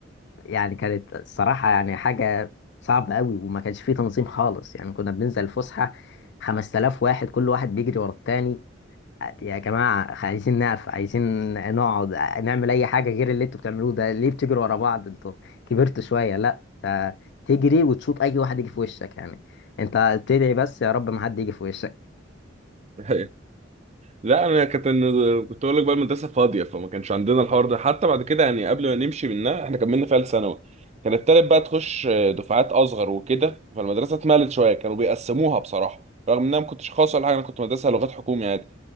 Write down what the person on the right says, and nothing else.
<laughs> لا انا كنت كنت اقول لك بقى المدرسه فاضيه فما كانش عندنا الحوار ده حتى بعد كده يعني قبل ما نمشي منها احنا كملنا فيها ثانوي كان التالت بقى تخش دفعات اصغر وكده فالمدرسه اتملت شويه كانوا بيقسموها بصراحه رغم ان انا ما كنتش خاص ولا حاجه انا كنت مدرسه لغات حكومي عادي